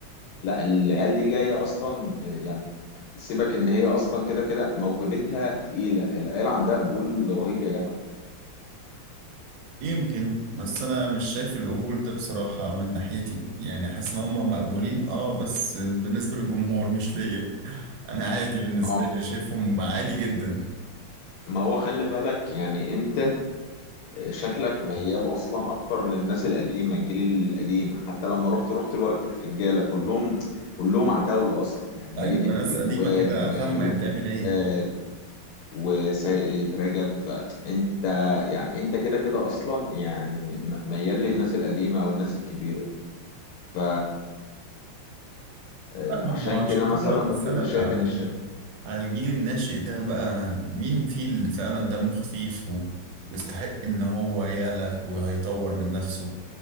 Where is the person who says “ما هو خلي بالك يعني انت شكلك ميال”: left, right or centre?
Left